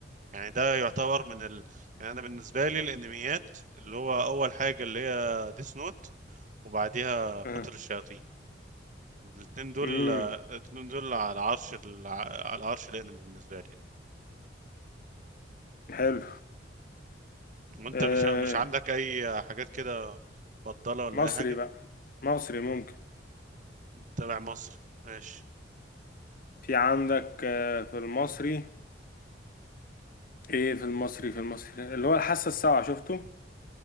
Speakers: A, on the right (about 45°); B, on the left (about 50°).
A: يعني ده يعتبر من ال... يعني انا بالنسبه لي الانميات اللي هو اول حاجه اللي هي ديس نوت وبعديها قتل
B: اه
A: الشياطين الاثنين دول
B: امم
A: الاثنين دول على عرش ال- على عرش الانمي بالنسبه لي يعني
B: حلو
A: وانت
B: آه
A: مش مش عندك اي حاجات كده مفضله ولا
B: مصري
A: اي حاجه
B: بقى مصري ممكن
A: تابع مصري ماشي
B: في عندك آه في المصري ايه في المصري في المصري اللي هو الحاسة السابعة شفته